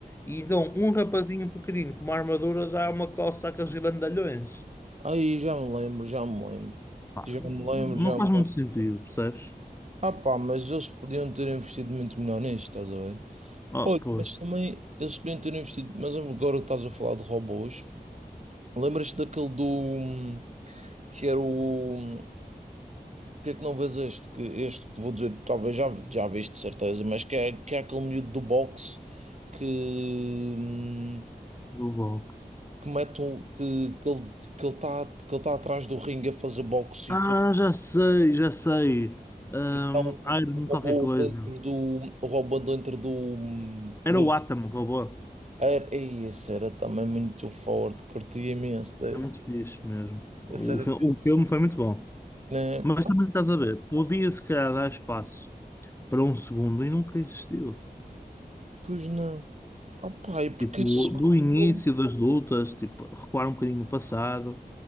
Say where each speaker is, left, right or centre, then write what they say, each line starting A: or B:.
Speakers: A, on the left (about 15°); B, on the right (about 45°).
A: E então, um rapazinho pequenino com uma armadura dá uma coça àqueles grandalhões.
B: Aí já me lembro, já me lembro.
A: Pá,
B: Já
A: não
B: me lembro, já
A: faz
B: me lembro.
A: muito sentido, percebes?
B: Ah pá, mas eles podiam ter investido muito melhor nisto, estás a ver?
A: Oh,
B: Olha,
A: pô,
B: mas também eles podiam ter investido. Mas agora que estás a falar de robôs, lembras-te daquele do. hum, que era o. que é que não vês este? Que este que te vou dizer, talvez já, já viste de certeza, mas que é, que é aquele miúdo do boxe que. hum,
A: do box.
B: que mete um. que, que ele que ele está que ele tá atrás do ringue a fazer boxe
A: Ah, já sei, já sei. Um,
B: Então,
A: Iron
B: o
A: qualquer
B: robô
A: coisa.
B: dentro do, o robô dentro do,
A: Era
B: do
A: o Atom, robô.
B: era, ei, esse era também muito forte, curti imenso desse.
A: É muito fixe mesmo.
B: Esse
A: O,
B: era
A: fi- o
B: fixe.
A: filme foi muito bom.
B: Né?
A: Mas também estás a ver, podia se calhar dar espaço para um segundo e nunca existiu.
B: Pois não. Ah, pai, porque
A: Tipo,
B: é só
A: do início
B: filme.
A: das lutas, tipo, recuar um bocadinho no passado,